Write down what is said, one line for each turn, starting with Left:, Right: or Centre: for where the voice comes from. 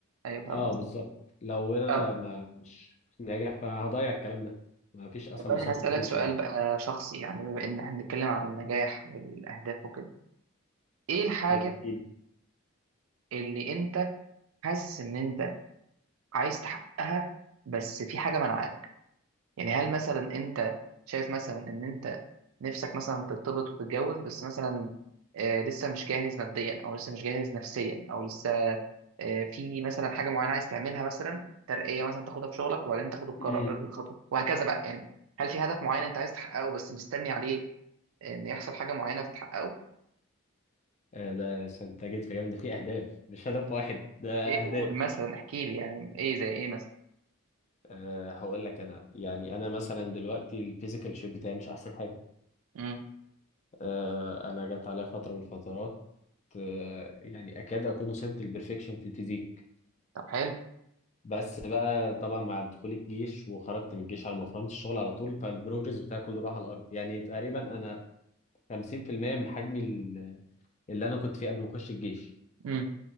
Right: ايوه فاهم
Left: اه
Right: قصدي
Left: بالظبط لو انا
Right: طب
Left: ما مش ناجح فهضيع الكلام ده ما فيش اسهل
Right: طب انا
Left: من صرف
Right: هسالك
Left: الفلوس
Right: سؤال
Left: يعني
Right: بقى شخصي يعني بما ان احنا بنتكلم عن النجاح والاهداف وكده ايه الحاجه
Left: الدين.
Right: اللي انت حاسس ان انت عايز تحققها بس في حاجه منعاك يعني هل مثلا انت شايف مثلا ان انت نفسك مثلا ترتبط وتتجوز بس مثلا آه، لسه مش جاهز ماديا او لسه مش جاهز نفسيا او لسه آه، في مثلا حاجه معينه عايز تعملها مثلا ترقيه مثلا تاخدها في شغلك وبعدين تاخد القرار
Left: امم
Right: الخطوه وهكذا بقى يعني هل في هدف معين انت عايز تحققه بس مستني عليه ان يحصل حاجه معينه فتحققه
Left: آه، ده س- انت جيت في جامد ده في اهداف مش هدف واحد ده
Right: ايه
Left: اهداف
Right: قول مثلا احكي لي يعني ايه زي ايه مثلا
Left: أه هقول لك انا يعني انا مثلا دلوقتي الفيزيكال شيب بتاعي مش احسن حاجه
Right: امم
Left: أه انا جت عليا فتره من الفترات آه، يعني اكاد اكون وصلت للبرفكشن في الفيزيك
Right: طب حلو
Left: بس بقى طبعا مع دخول الجيش وخرجت من الجيش على ما فهمت الشغل على طول فالبروجرس بتاعي كله راح على الارض يعني تقريبا انا 50% من حجمي ال- اللي انا كنت فيه قبل ما اخش الجيش
Right: امم